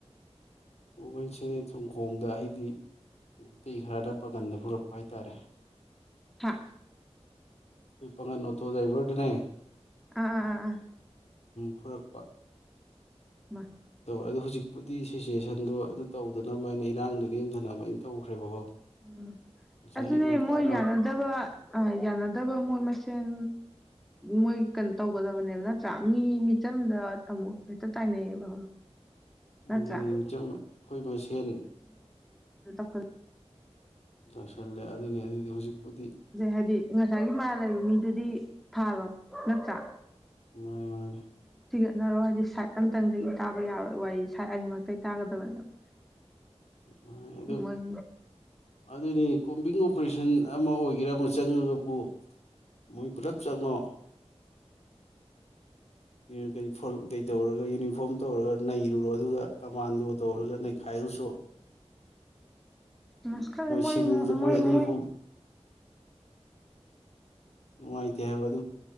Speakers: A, on the left (about 70°); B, in the centre.
A: ꯐꯨꯕꯩꯁꯦ ꯊꯣꯡꯈꯣꯡꯗ ꯍꯥꯏꯗꯤ ꯃꯩꯇꯩ ꯈꯔꯅ ꯄꯥꯒꯟꯗ ꯐꯨꯔꯛꯄ ꯍꯥꯏꯇꯥꯔꯦ
B: ꯍꯥ
A: ꯑꯩ ꯄꯥꯡꯒꯟ ꯑꯣꯇꯣ ꯗ꯭ꯔꯥꯏꯕꯔꯗꯅꯦ
B: ꯑꯥ ꯑꯥ ꯑꯥ
A: ꯐꯨꯔꯛꯄ
B: ꯃꯥ
A: ꯑꯗꯨ ꯍꯧꯖꯤꯛ ꯄꯨꯗꯤ ꯁꯤꯆꯨꯋꯦꯁꯟꯗꯣ ꯑꯗꯨ ꯇꯧꯗꯅꯕꯥꯏꯩꯅ ꯏꯔꯥꯡꯗꯣ ꯅꯦꯝꯊꯅꯕ ꯑꯥꯏꯩꯅ ꯇꯧꯈ꯭ꯔꯦꯕꯀꯣ
B: ꯎꯝ
A: ꯉꯁꯥꯏ
B: ꯑꯗꯨꯅꯦ
A: ꯑꯌꯨꯛ ꯉꯟꯇꯥ
B: ꯃꯣꯏ
A: ꯑꯃ
B: ꯌꯥꯅꯗꯕ ꯑ ꯌꯥꯅꯗꯕ ꯃꯣꯏ ꯃꯥꯁꯦꯜ ꯁꯦꯟ ꯃꯣꯏ ꯀꯩꯅꯣ ꯇꯧꯒꯗꯕꯅꯦꯕ ꯅꯠꯇ꯭ꯔ ꯃꯤ ꯃꯤꯆꯝꯗ ꯑꯃꯨꯛ ꯍꯛꯇꯥ ꯇꯥꯏꯅꯦꯕ ꯅꯠꯇ꯭ꯔꯥ
A: ꯑꯗꯨꯅꯤ ꯃꯤꯆꯝ ꯑꯩꯈꯣꯏ ꯃꯁꯦꯟ
B: <unintelligible> <unintelligible> <unintelligible>
A: ꯇꯧꯁꯜꯂꯦ ꯑꯗꯨꯅꯦ ꯑꯗꯨꯗꯤ ꯍꯧꯖꯤꯛꯄꯨꯗꯤ
B: ꯍꯥꯏꯗꯤ ꯉꯁꯥꯏꯒꯤ ꯃꯔꯥꯜ ꯂꯩꯕ ꯃꯤ ꯑꯗꯨꯗꯤ ꯊꯥꯔꯣ ꯅꯠꯇ꯭ꯔꯥ
A: ꯃꯥꯅꯦ
B: ꯑꯗꯨꯅꯔꯣ ꯍꯥꯏꯗꯤ ꯁꯥꯏ ꯑꯝꯇꯪꯗꯒꯤ ꯇꯥꯕ ꯌꯥꯔꯣꯏ ꯋꯥꯔꯤꯁꯦ ꯇꯥꯒꯗꯕꯅꯦꯕ
A: ꯃꯥꯅꯦ ꯑꯗꯨ
B: ꯃꯣꯏ
A: ꯑꯗꯨ ꯀꯣꯝꯕꯤꯡ ꯑꯣꯄꯔꯦꯁꯟ ꯑꯃ ꯑꯣꯏꯒꯦꯔꯥ ꯑꯃ ꯆꯪꯉꯒꯕꯨ ꯃꯣꯏ ꯄꯨꯂꯞ ꯆꯪꯎ ꯎ ꯀꯔꯤ ꯐ ꯀꯩ ꯇꯧꯔꯒ <unintelligible> ꯌꯨꯅꯤꯐꯣꯔꯝ ꯇꯧꯔꯒ ꯅꯩ ꯨꯔꯣ ꯑꯗꯨꯒ ꯀꯃꯥꯟꯗꯣ ꯇꯧꯔꯒ ꯈꯥꯏꯁꯨ
B: ꯅꯁꯀꯔ ꯃꯣꯏ
A: ꯁꯤꯚꯤꯜꯗ
B: ꯃꯣꯏ
A: ꯑꯅꯤ
B: ꯃꯣꯏ
A: ꯑꯍꯨꯝ ꯅꯨꯡꯉꯥꯏꯇꯦ ꯍꯥꯏꯕ ꯑꯗꯨ